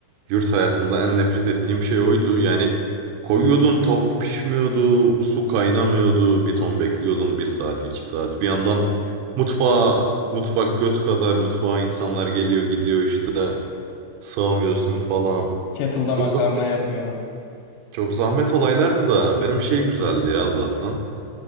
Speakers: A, on the right; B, on the left.
A: Yurt hayatında en nefret ettiğim şey oydu. Yani koyuyordun tavuk pişmiyordu, su kaynamıyordu, bir ton bekliyordun bir saat iki saat. Bir yandan
B: Ke-
A: mutfağa, mutfak göt kadar mutfağa insanlar geliyor gidiyor işte sığamıyorsun falan.
B: Kettle'da
A: Çok
B: makarna
A: zahmet,
B: yapıyorsun.
A: çok zahmet olaylardı da benim şey güzeldi ya Allah'tan.